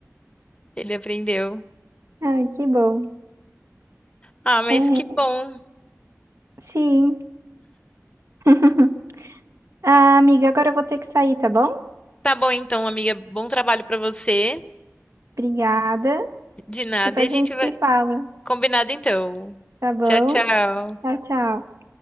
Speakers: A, on the left; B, on the right.
A: ele aprendeu.
B: Ai, que bom.
A: Ah, mas
B: É,
A: que bom.
B: sim. <laughs> Ah, amiga, agora eu vou ter que sair, tá bom?
A: Tá bom então, amiga. Bom trabalho pra você.
B: Obrigada.
A: De nada.
B: Depois
A: E a gente
B: a gente
A: vai.
B: se fala,
A: Combinado então.
B: tá bom?
A: Tchau, tchau.
B: Tchau, tchau.